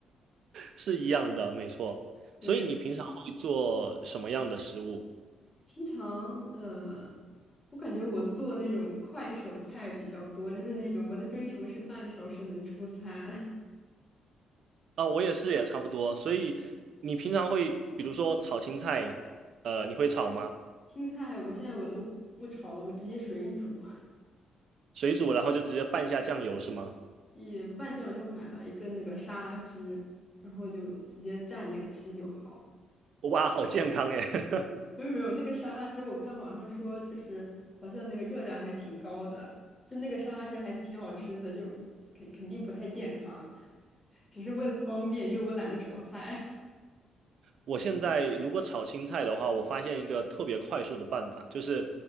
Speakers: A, on the right; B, on the left.
A: 是一样的，没错。
B: <laughs> 对。
A: 所以你平常会做什么样的食物？
B: 平常呃，我感觉我做那种快手菜比较多，就是那种我的追求是半个小时能出餐。<laughs>
A: 啊，我也是，也差不多。所以你平常会，比如说炒青菜，呃，你会炒吗？
B: 青菜我现在我都不炒了，我直接水煮，
A: 水煮，然后就直接拌一下酱油是吗？
B: 也不拌酱，就买了一个那个沙拉汁，然后就直接蘸那个吃就好。
A: 哇，好健康耶！<laughs>
B: 没有没有，那个沙拉汁我看网上说就是好像那个热量还挺高的，就那个沙拉汁还挺好吃的，就肯肯定不太健康，只是为了方便，因为我懒得炒菜。
A: 我现在如果炒青菜的话，我发现一个特别快速的办法，就是